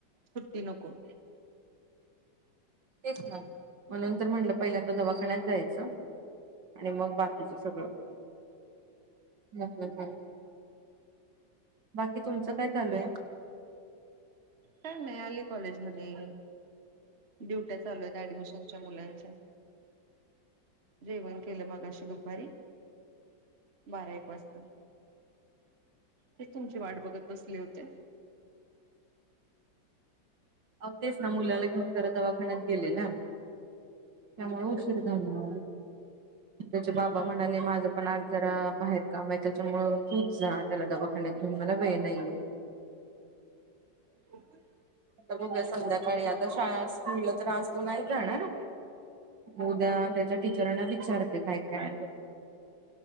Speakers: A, on the right; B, on the right.
A: सुट्टी नको....
B: एक ना म्हणून तर म्हटलं पहिल्यांदा दवाखान्यात जायचं... आणि मग बाकीच सगळं हम्म....... बाकी तुमचं काय चालूय
A: का नाही अली कॉलेज मध्ये ड्युट्या चालू आहेत ऍडमिशनच्या मुलांच्या जेवण केलं मागाशी दुपारी बारा एक वाजता ते तुमची वाट बघत बसली होते
B: अ तेच ना मुलाला घेऊन जरा दवाखान्यात गेले ना त्यामुळे उशीर झाला त्याचे बाबा म्हणाले माझ पण आज जरा बाहेर काम आहे त्याच्यामुळ तूप जा त्याला दवाखानण्यात घेऊन मला वेळ नाहीये
A: ह
B: आता बघ्या संध्याकाळी आता शाळा स्कूलला तर्रस नाही जाणार उद्या त्याच्या टीचरांना विचारते काय काय